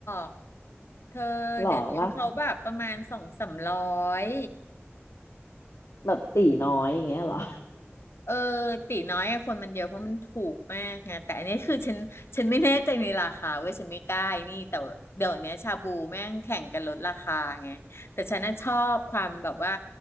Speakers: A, on the left; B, on the left.
A: กเธอเดี๋ยวนี้เขาแบบประมาณสองสามร้อย
B: หรอล่ะแบบตีน้อยอย่างเงี้ยหรอ
A: เออตีน้อยอะคนมันเยอะเพราะมันถูกมากไงแต่อันนี้คือฉันฉันไม่แน่ใจในราคาเว้ยฉันไม่กล้าไอ้นี่แต่เดี๋ยวเนี้ยชาบูแม่งแข่งกันลดราคาไงแต่ฉันน่ะชอบความแบบว่า